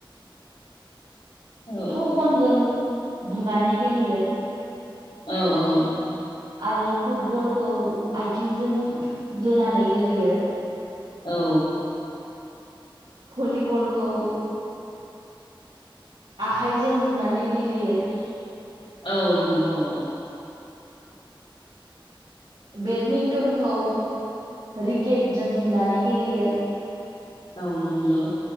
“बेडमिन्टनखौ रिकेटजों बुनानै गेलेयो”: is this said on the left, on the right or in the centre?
Right